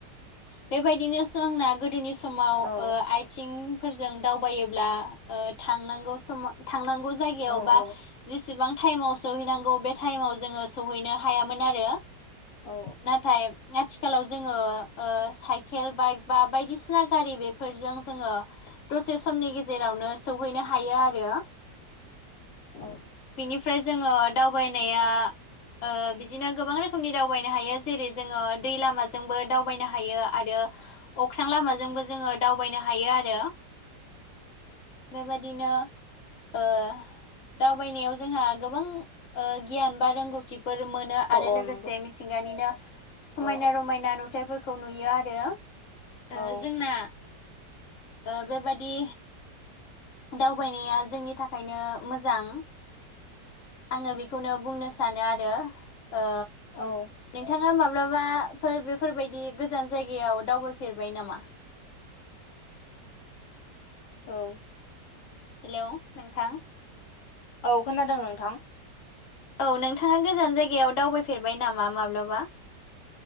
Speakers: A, on the left; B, on the left.
A: बेबायदिनो सोंना गोदोनि समाव
B: औ
A: आय थिंफोरजों दावबायोब्ला ओ थांनांगौ समाव थांनांगौ जायगायाव
B: औ
A: बा
B: औ
A: जेसेबां टाइमाव सौहैनांगौ बे टाइमाव जोङो सौहैनो हायामोन आरो।
B: औ
A: नाथाय आथिखालाव जोङो ओ साइकेल बाइक बा बायदिसिना गारि बेफोरजों जोङो दसे समनि गेजेरावनो सहैनो हायो आरो।
B: औ
A: बिनिफ्राय जोङो दावबायनाया ओ बिदिनो गोबां रोखोमनि दावबायनो हायो जेरै जोङो दै लामाजोंबो दावबायनो हायो आरो अख्रां लामाजोंबो जोङो दावबायनो हायो आरो। बेबायाददिनो ओ दावबायनायाव जोंहा गोबां ओ गियान बा रोंगौथिफोर मोनो
B: औ
A: आरो
B: औ
A: लोगोसे
B: नंगौ
A: मिथिंगानिनो समायना
B: औ
A: रमायना नुथायाइफोरखौ नुयो आरो। ओ
B: औ
A: जोंना ओ बेबादि दावबायनाया जोंनि थाखायनो मोजां आङो बेखौनो बुंनो सानो आरो ओ
B: औ।
A: नोंथाङा माब्लाबाफोर बेफोरबायदि गोजान जायगायाव दावबायफेरबाय नामा?
B: औ।
A: हेलौ नोंथां
B: औ खोनादों नोंथां
A: औ नोंथाङा गोजान जायगायाव दावबायफेरबाय नामा माब्लाबा